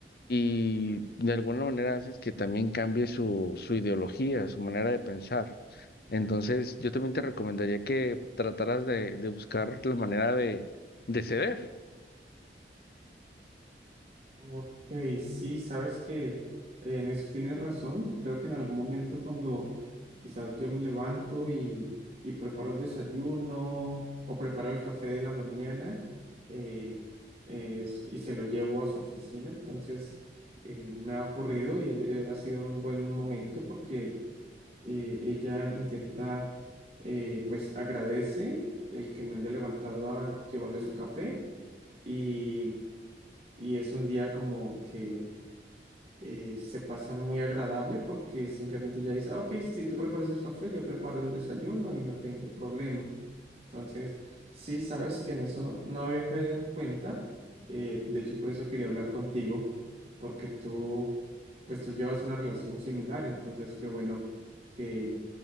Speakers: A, on the left; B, on the right.
A: y de alguna manera haces que también cambie su, su ideología, su manera de pensar. Entonces, yo también te recomendaría que trataras de, de buscar la manera de, de ceder.
B: Ok, sí, sabes que eh, en eso tienes razón. Creo que en algún momento cuando quizás yo me levanto y, y preparo el desayuno o preparo el café de la mañana eh, es- y se lo llevo a su oficina, entonces eh, me ha ocurrido y eh, ha sido un buen momento porque eh, ella intenta, eh, pues agradece el que me haya levantado a llevarle su café y, y es un día como que eh, se pasa muy agradable porque simplemente ya dice, "Ah, ok, si tú preparas el café, yo preparo el desayuno y no tengo problema. Entonces, sí, sabes que en eso no había caído en cuenta. eh, de hecho, por eso quería hablar contigo, porque tú, pues tú llevas una relación similar, entonces qué bueno que